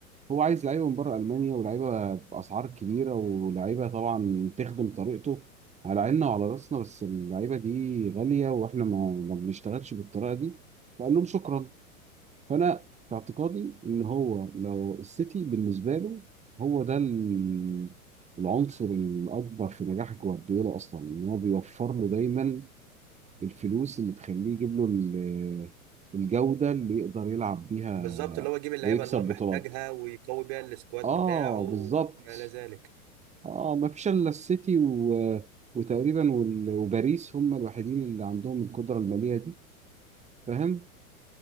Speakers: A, on the right; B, on the right.
A: هو عايز لعيبه من بره المانيا ولعيبه باسعار كبيره ولعيبه طبعا تخدم طريقته على عيننا وعلى راسنا بس اللعيبه دي غاليه واحنا ما ما بنشتغلش بالطريقه دي فقال لهم شكرا فانا في اعتقادي ان هو لو السيتي بالنسبه له هو ده ال- العنصر الاكبر في نجاح جوارديولا اصلا ان هو بيوفر له دايما الفلوس اللي تخليه يجيب له ال- الجودة اللي يقدر يلعب بيها
B: بالظبط اللي هو يجيب اللعيبه
A: ويكسب
B: اللي هو محتاجها
A: بطولات
B: ويقوي بيها السكواد
A: اه
B: بتاعه
A: بالظبط
B: ما الى ذلك
A: اه ما فيش الا السيتي و... وتقريبا وال... وباريس هم الوحيدين اللي عندهم القدرة المالية دي فاهم